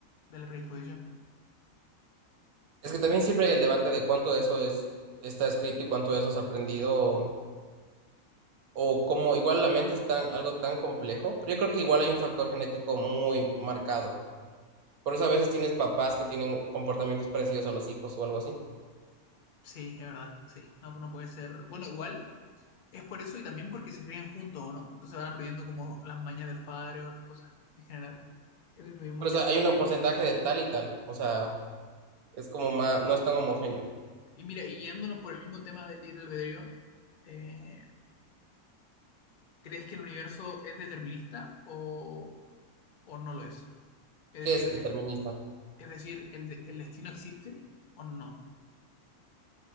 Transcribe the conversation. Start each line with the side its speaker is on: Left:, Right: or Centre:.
Left: de la predisposición.
Right: Es que también siempre hay el debate de cuánto de eso es, está escrito y cuánto de eso has aprendido o, o cómo igual la mente es tan, algo tan complejo, pero yo creo que igual hay un factor genético muy marcado. Por eso a veces tienes papás que tienen comportamientos parecidos a los hijos o algo así.
Left: Sí, es verdad, sí. No, no puede ser. Bueno, igual Es por eso y también porque se crían juntos, ¿o no? Entonces van aprendiendo como las mañas de los padres o las cosas en general. Eso influye mucho.
Right: Por eso hay un porcentaje de tal y tal. O sea, es como más, no es tan homogéneo,
Left: Y mira, y guiándonos por el mismo tema del libre albedrío, eh, ¿crees que el universo es determinista o, o no lo es? Es
Right: que
Left: decir,
Right: es determinista.
Left: el, es decir, el, de- el destino existe o no.